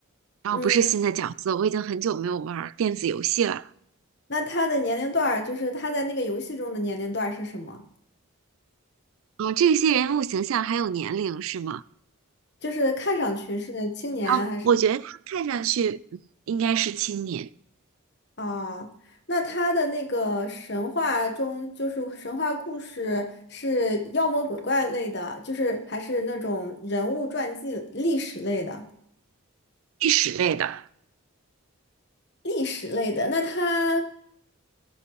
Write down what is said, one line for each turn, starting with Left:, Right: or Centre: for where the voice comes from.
Right: 然后不是新的角色，
Left: 嗯，
Right: 我已经很久没有玩电子游戏了。
Left: 那他的年龄段儿，就是他在那个游戏中的年龄段儿是什么？
Right: 啊，这些人物形象还有年龄是吗？
Left: 就是看上去是青年还是？
Right: 啊，我觉得他看上去嗯应该是青年，
Left: 啊，那他的那个神话中，就是神话故事是妖魔鬼怪类的，就是还是那种人物传记、历史类的，
Right: 历史类的，
Left: 历史类的。那他